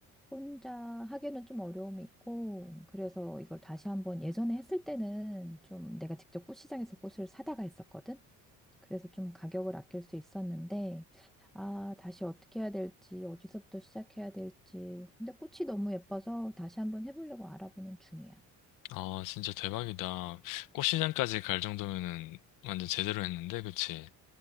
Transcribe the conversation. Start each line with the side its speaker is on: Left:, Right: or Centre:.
Centre: 혼자 하기에는 좀 어려움이 있고, 그래서 이걸 다시 한번 예전에 했을 때는 좀 내가 직접 꽃시장에서 꽃을 사다가 했었거든? 그래서 좀 가격을 아낄 수 있었는데, 아, 다시 어떻게 해야 될지, 어디서부터 시작해야 될지. 근데 꽃이 너무 예뻐서 다시 한번 해보려고 알아보는 중이야.
Left: 아, 진짜 대박이다. 꽃시장까지 갈 정도면은 완전 제대로 했는데, 그치?